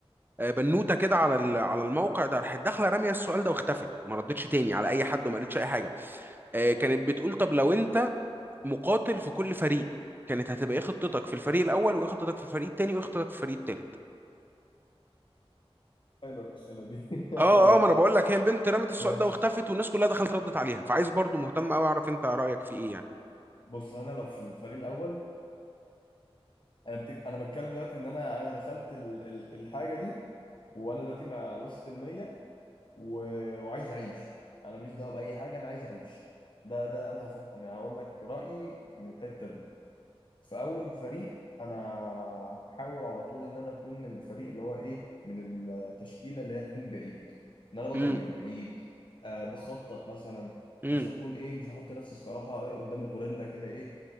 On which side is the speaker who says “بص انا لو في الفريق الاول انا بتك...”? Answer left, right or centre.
Left